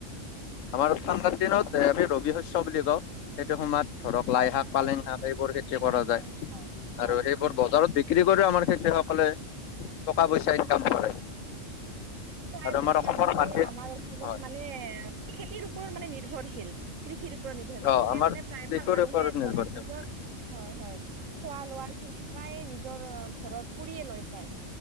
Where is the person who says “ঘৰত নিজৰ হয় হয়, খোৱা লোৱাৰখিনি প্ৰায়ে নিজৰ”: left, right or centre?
Right